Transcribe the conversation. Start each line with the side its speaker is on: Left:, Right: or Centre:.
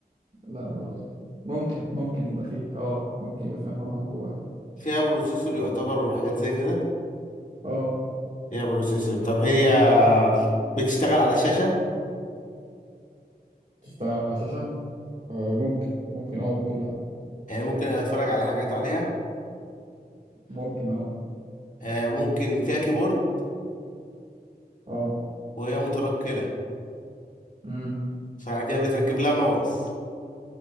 Right: لا برضو ممكن ممكن يبقى فيها اه ممكن يبقى فيها مروحة من جواها
Left: فيها بروسيسور يعتبر وحاجات زي كده
Right: اه
Left: فيها بروسيسور طب هي بتشتغل على شاشة
Right: بتفتح شاشة آه ممكن ممكن اه ممكن لا
Left: يعني ممكن اتفرج على حاجات عليها
Right: ممكن اه
Left: آه، ممكن فيها كيبورد
Right: اه
Left: وهي متنقلة
Right: امم
Left: فعلى كده بتركب لها ماوس